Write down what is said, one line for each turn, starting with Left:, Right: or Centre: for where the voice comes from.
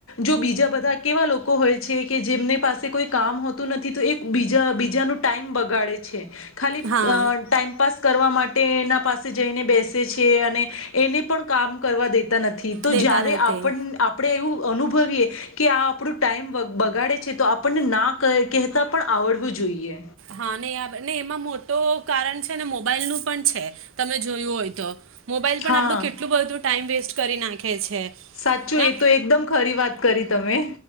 Left: જો બીજા બધા કેવા લોકો હોય છે કે જેમને પાસે કોઈ કામ હોતું નથી તો એ બીજા બીજાનું ટાઈમ બગાડે છે ખાલી
Right: હા
Left: ટાઈમપાસ કરવા માટે એના પાસે જઈને બેસે છે અને એને પણ કામ કરવા દે તા નથી તો
Right: દેતા
Left: જયયારે
Right: નથી
Left: આપણે એવું અનુભવીએ કે આ આપણું ટાઈમ બગાડે છે તો આપણને ના કહેતા પણ આવડવું જોઈએ
Right: હા ને આ ને એમાં મોટું કારણ છે ને મોબાઈલ નું પણ છે તમે જોયું હોય તો મોબાઈલ પણ
Left: હા
Right: આપણું કેટલું બધું ટાઈમ વેસ્ટ કરી નાખે છે
Left: સાચું
Right: હા
Left: એ તો એકદમ ખરી વાત કરી તમે